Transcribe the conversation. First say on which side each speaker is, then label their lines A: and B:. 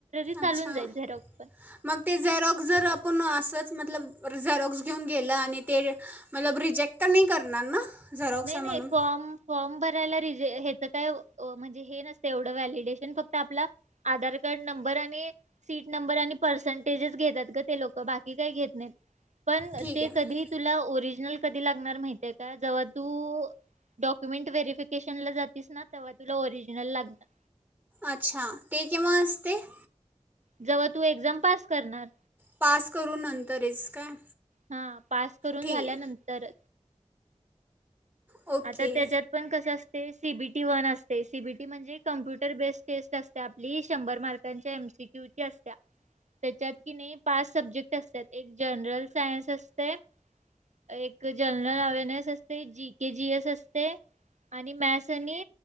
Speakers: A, on the right; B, on the right.
A: चालून
B: अच्छा
A: जाईल
B: अं..
A: झेरॉक्स पण
B: मग ते झेरॉक्स जर आपूण असचं मतलब झेरॉक्स घेऊन गेलं आणि ते मतलब रिजेक्ट तर नाही करणार ना? झेरॉक्स
A: नाही
B: आहे
A: नाही
B: म्हणून
A: फॉर्म -फॉर्म भरायला- रिजेक्ट हेच काय म्हणजे हे नसतं एवढं व्हॅलिडेशन फक्त आपला आधार कार्ड नंबर आणि सीट नंबर आणि परसेंटेज घेतात ग ते लोक बाकी काही घेत नाहीत. पण
B: ठीक
A: ते
B: आहे
A: कधी तुला ओरिजनल कधी लागणार माहितय का जवळ? <unintelligible> तु डॉक्युमेंट व्हेरिफिकेशनला जातीस ना तेव्हा तुला ओरिजिनल लागणार.
B: अच्छा ते केव्हा असते <inaudible>
A: जेव्हा तू एक्झाम पास करणार.
B: पास करू नंतरच -काय
A: हा पास करून
B: ठीक
A: झाल्यानंतर
B: आहे ओके
A: आता त्याच्यात पण कसं असतेस सीबीटी वन असते, सीबीटी म्हणजे कम्प्युटर बेस्ट टेस्ट असते आपली शंभर मार्कांच्या एमसिक्यू <unintelligible> त्याच्यात कि नाही पाच सब्जेक्ट असत्यात एक जनरल <unintelligible> सायन्स असतय, एक जनरल अवेनेस असतय जी के जीएस असते आणि मॅथ्स आणि